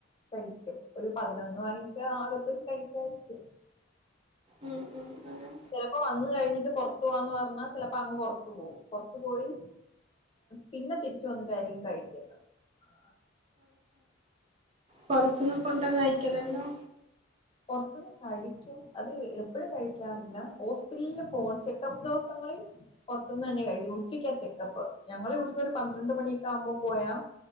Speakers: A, on the left (about 25°); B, on the right (about 30°).
A: കഴിക്കും ഒരു പതിനൊന്ന് മണിക്ക് അകത്ത് വെച്ച് കഴിക്കാനിരിക്കും
B: ഉം ഉം ഉം
A: ചെലപ്പോ വന്നു കഴിഞ്ഞിട്ട് പുറത്തു പോവാന്ന് പറഞ്ഞാ ചെലപ്പോ അങ്ങ് പുറത്തു പോകും പുറത്തു പോയി പിന്നെ തിരിച്ചു വന്നിട്ടായിരിക്കും കഴിക്കുന്നെ അ
B: പുറത്തുന്ന് കൊണ്ടോ കഴിക്കലല്ലോ
A: പുറത്തുന്ന് കഴിക്കും അത് എപ്പൊഴും കഴിക്കാറില്ല ഹോസ്പിറ്റലിൽ പോണം ചെക്കപ്പ് ദിവസങ്ങളിൽ പുറത്തുന്ന് തന്നെ കഴിക്കും ഉച്ചയ്ക്കാ ചെക്കപ്പ് ഞങ്ങൾ ഇവിടുന്ന് ഒരു പന്ത്രണ്ട് മണിയൊക്കെ ആവുമ്പോ പോയാ